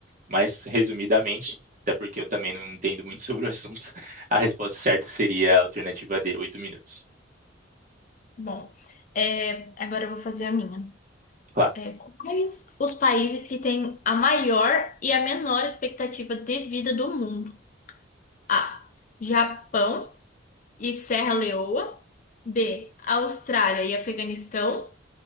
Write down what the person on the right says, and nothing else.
Mas, resumidamente, até porque eu também não entendo muito sobre o assunto, <laughs> a resposta certa seria a alternativa D, 8 minutos.
Claro.